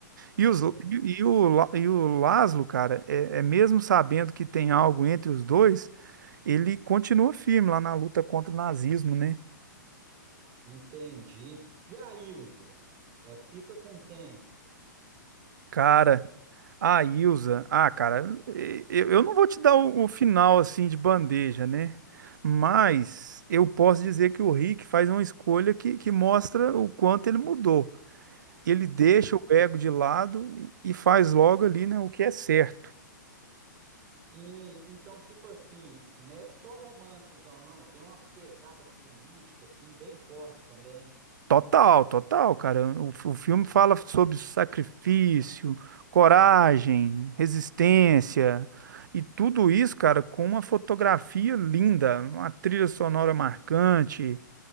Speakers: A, on the right (about 70°); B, on the right (about 35°).
A: E, os,
B: Verdade.
A: e, e o, La- e o Laszlo, cara, é, é mesmo sabendo que tem algo entre os dois, ele continua firme lá na luta contra o nazismo, né?
B: Entendi. E a Ilza? É, fica com quem?
A: Cara, A Ilza, ah, cara, e- eu, eu não vou te dar o, o final assim de bandeja, né? Mas eu posso dizer que o Rick faz uma escolha que, que mostra o quanto ele mudou. Ele deixa o ego de lado e, e faz logo ali, né, o que é certo.
B: E então, tipo assim, não é só romance, então, não. Tem uma pegada política, assim, bem forte também.
A: Total, total, cara. O, f- o filme fala sobre sacrifício, coragem, resistência e tudo isso, cara, com uma fotografia linda, uma trilha sonora marcante.